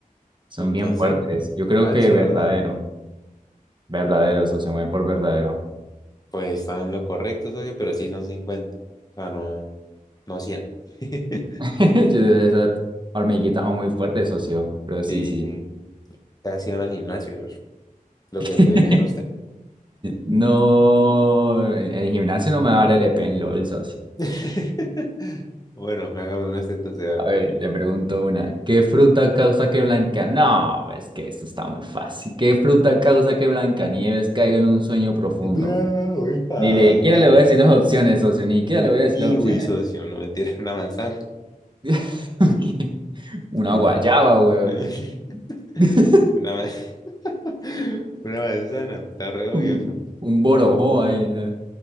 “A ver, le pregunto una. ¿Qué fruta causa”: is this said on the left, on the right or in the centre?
Right